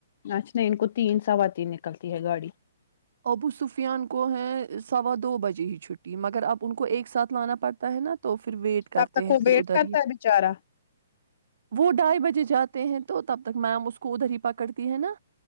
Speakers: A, on the left; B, on the right.
A: اچھا نہیں ان کو تین سوا تین نکلتی ہے گاڑی
B: ابو سفیان کو ہیں سوا دو بجے ہی چھٹی مگر اب ان کو ایک ساتھ لانا پڑتا ہے نا تو پھر ویٹ
A: تب
B: کرتے
A: تک
B: ہیں
A: وہ
B: پھر
A: ویٹ
B: ادھر
A: کرتا
B: ہی
A: ہے بےچارا
B: وہ ڈھائی بجے جاتے ہیں تو تب تک میم اس کو کوودری پکڑتی ہے نا